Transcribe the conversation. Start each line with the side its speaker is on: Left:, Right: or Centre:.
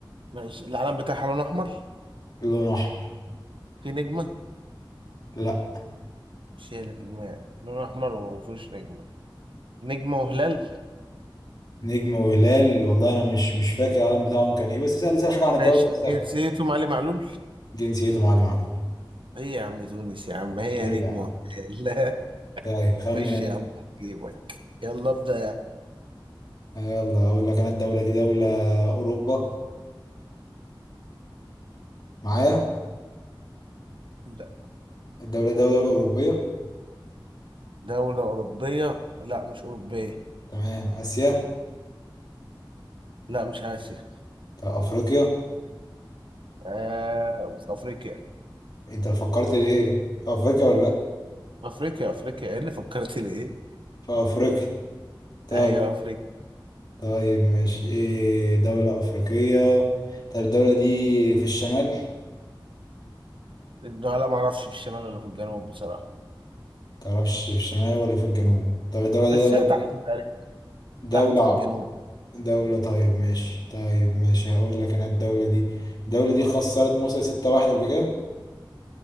Right: ماشي العلم بتاعها لون أحمر
Left: لون احمر
Right: في نجمة
Left: لا
Right: شيء اللي في دماغي لون أحمر ومفيش نجمة نجمة وهلال
Left: نجم وهلال والله انا مش مش فاكر العلم بتاعهم كان ايه بس اسال اسال حاجه عن الدوري
Right: ماشي
Left: نفسها
Right: جنسيتهم علي معلول
Left: جنسيته معلم معلول
Right: هي يا عم تونس يا عم هي
Left: ايه
Right: نجمة
Left: يا عم
Right: وهلال <laughs> لا
Left: طيب خمن
Right: خش
Left: انت
Right: يا عم جيبك يلا ابدأ يا عم
Left: يلا اقول لك انا الدوله دي دوله اوروبا معايا
Right: ابدأ.
Left: الدوله دي دوله اوروبيه
Right: دولة أوروبية لا مش أوروبية
Left: تمام اسيا
Right: لا مش آسيا
Left: طب افريقيا
Right: آه في أفريقيا
Left: انت فكرت ليه في افريقيا ولا لا
Right: أفريقيا أفريقيا أفريقيا. إيه اللي فكرت ليه؟
Left: في افريقيا طيب
Right: أيوة أفريقيا
Left: طيب ماشي ايه دوله افريقيه طب الدوله دي في الشمال
Right: لا ما أعرفش في الشمال ولا في الجنوب بصراحة
Left: تعرفش في الشمال ولا في الجنوب طب الدوله دي
Right: بس
Left: دوله
Right: هي تحت تقريبا
Left: دولة
Right: تحت في الجنوب
Left: دولة طيب ماشي طيب ماشي هقول لك انا الدولة دي الدولة دي خسرت مصر ستة واحد قبل كده